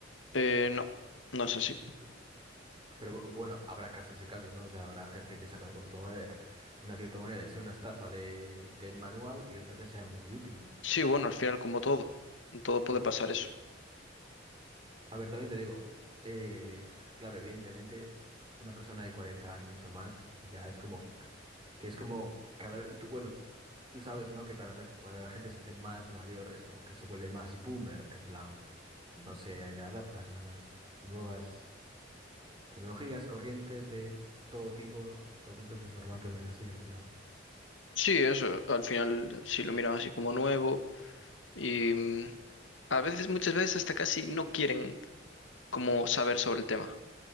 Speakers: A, on the left; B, on the right.
A: Eh, no, no es así.
B: Ento- Pero bueno, habrá casos y casos, ¿no? O sea, habrá gente que saca una criptomoneda, una criptomoneda y sea una estafa de, de manual y otra que sea muy útil, ¿no?
A: Sí, bueno, al final como todo, en todo puede
B: Sí.
A: pasar eso.
B: A ver, también te digo, eh, claro, evidentemente, una persona de 40 años o más ya es como, que es como cada vez, tú, bueno, tú sabes, ¿no? Que cada vez cuando la gente se hace más mayor es como que se vuelve más boomer, en plan, no se adaptan a las nuevas Tecnologías, corrientes de todo tipo, ¿no? Entonces, pues es normal que lo vean así al final.
A: Sí, eso, al final sí lo miran así como nuevo y mm, a veces, muchas veces hasta casi no quieren como saber sobre el tema.